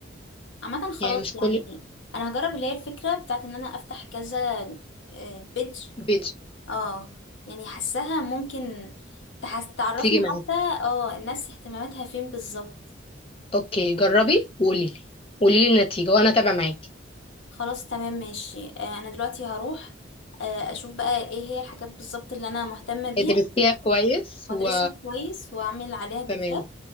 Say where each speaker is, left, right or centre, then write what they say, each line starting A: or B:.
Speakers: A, on the left; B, on the left.
A: عامة خلاص
B: يعني مش كل
A: يعني انا هجرب اللي هي الفكرة بتاعت ان انا افتح كذا بيج
B: بيج
A: اه يعني حاساها ممكن تحس تعرفني
B: تيجي معاك
A: حتى اه الناس اهتماماتها فين بالظبط
B: اوكي جربي وقولي لي قولي لي النتيجة وانا تابع معاكي
A: خلاص تمام ماشي آه، انا دلوقتي هروح آه، اشوف بقى ايه هي الحاجات بالظبط اللي انا مهتمة بيها
B: ادرسيها كويس
A: وادرسها
B: و
A: كويس واعمل عليها فيديوهات
B: تمام